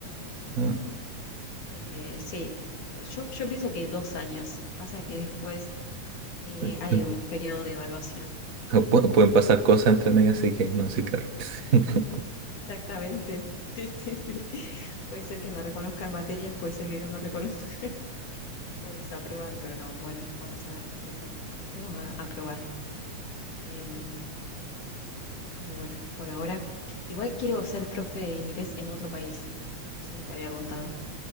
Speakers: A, on the right; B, on the left.
A: Ah.
B: Eh, sí, yo, yo pienso que dos años. Pasa que después eh,
A: <laughs>
B: hay un periodo de evaluación.
A: Pu- Pueden pasar cosas entre medio, así que no sé, claro. <laughs>
B: Exactamente, sí, sí, sí. Puede ser que me reconozcan materias, puede ser que no me reconozcan. O desaprobar, pero no, bueno, vamos a ver, sí, sí, apostemos a aprobar. Em, pero bueno, por ahora, igual quiero ser profe de inglés en otro país, no sé si te había contado.